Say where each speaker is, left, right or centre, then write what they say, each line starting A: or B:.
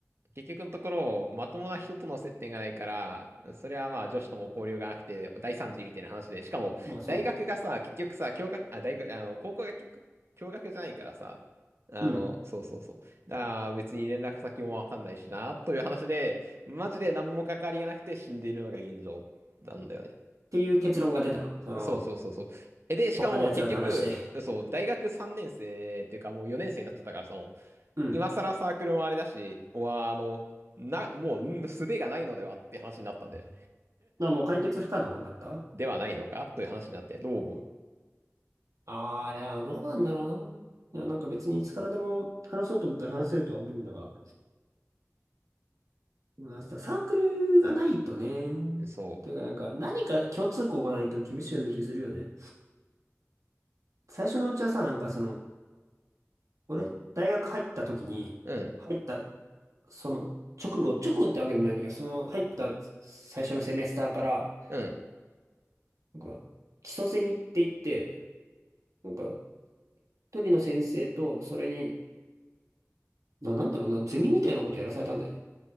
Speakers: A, on the right; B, on the right.
A: 結局のところ、まともな人との接点がないから、それはまあ女子とも交流がなくて大惨事みたいな話で、しかも大学がさ、
B: まあそうね。
A: 結局さ、教学、あ、大学、あの、高校が結局共学じゃないからさ、あの、
B: うん。っ
A: そうそうそう。だから別に連絡先もわかんないしな、という話で、マジで何も関わりがなくて死んでいるのが現状なんだよね。
B: ていう結論が出たの。その、
A: そうそうそうそう。え、で、しかも結局、
B: 他の奴らと話して。
A: そう、大学3年生っていうかもう4年生になっちゃったからさ、もう
B: うん。
A: 今更サークルもあれだし、は、あの、な、もう、ん術がないのではって話になったんで、
B: まあもう解決不可能になった
A: ではないのかという話になって、どう思
B: ああー、いや、どうなんだろうな。いや、なんか別にいつからでも話そうと思ったら話せるとは思うんだが。でもなんかさサークルがないとね。
A: うそ
B: というかなんか何か共通項がないと厳しいような気するよね。最初のうちはさ、なんかその、俺、大学入った時に、
A: う。うん、
B: 入った、その、直後、直後ってわけでもないんだけど、その、入った最初のセメスターから、
A: うん。
B: なんか、基礎セミって言って、なんか、一人の先生と、それに、な、なんだろうな、ゼミみたいなことやらされたんだよね。